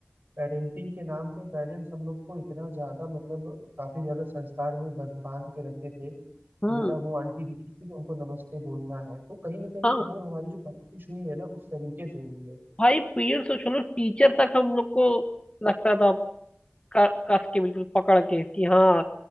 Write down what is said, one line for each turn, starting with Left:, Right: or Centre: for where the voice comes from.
Right: पेरेंटिंग के नाम पे पेरेंट्स हम लोग को इतना ज्यादा मतलब काफी ज्यादा संस्कार में बद- बांध के रखते थे कि
Left: हम्म
Right: बेटा वो आंटी दिखी थी तो उनको नमस्ते बोलना है तो कहीं ना कहीं
Left: हाँ
Right: वो हमारी जो परवरिश हुई है ना उस तरीके से हुई है
Left: भाई पेरेंट्स और चलो टीचर तक हम लोग को लगता था क- कस के बिल्कुल पकड़ के कि हाँ